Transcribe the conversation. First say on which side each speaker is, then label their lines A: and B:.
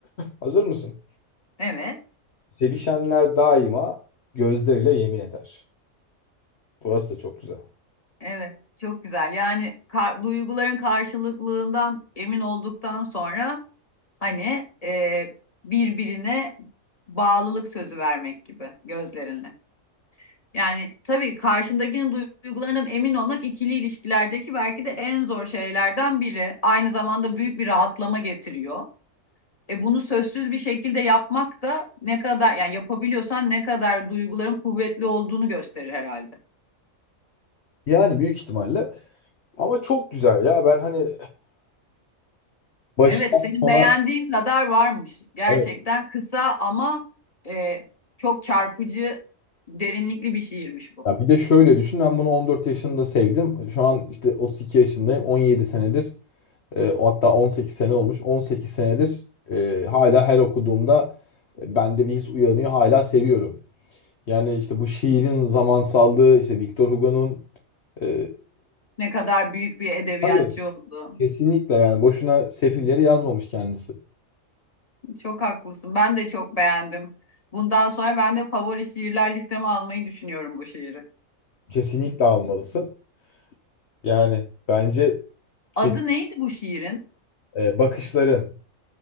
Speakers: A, on the left; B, on the left.
A: Hazır mısın?
B: Evet.
A: Sevişenler daima gözleriyle yemin eder. Burası da çok güzel.
B: Evet. Çok güzel. Yani kar- duyguların karşılıklılığından emin olduktan sonra hani e, birbirine bağlılık sözü vermek gibi gözlerinle. Yani tabii karşındakinin duygularından emin olmak ikili ilişkilerdeki belki de en zor şeylerden biri. Aynı zamanda büyük bir rahatlama getiriyor. E bunu sözsüz bir şekilde yapmak da ne kadar yani yapabiliyorsan ne kadar duyguların kuvvetli olduğunu gösterir herhalde.
A: Yani büyük ihtimalle ama çok güzel ya. Ben hani baştan
B: Evet, senin
A: sona
B: beğendiğin kadar varmış. Gerçekten
A: evet.
B: kısa ama e, çok çarpıcı, derinlikli bir şiirmiş bu.
A: Ya bir de şöyle düşün ben bunu 14 yaşında sevdim. Şu an işte 32 yaşındayım. 17 senedir E, o hatta 18 sene olmuş. 18 senedir e, hala her okuduğumda bende bir his uyanıyor. Hala seviyorum. Yani işte bu şiirin zamansallığı, işte Victor Hugo'nun e,
B: Ne kadar büyük bir edebiyatçı
A: tabii
B: oldu.
A: kesinlikle yani boşuna sefilleri yazmamış kendisi.
B: Çok haklısın. Ben de çok beğendim. Bundan sonra ben de favori şiirler listeme almayı düşünüyorum bu şiiri.
A: Kesinlikle almalısın. Yani bence ki,
B: Adı neydi bu şiirin?
A: e, bakışların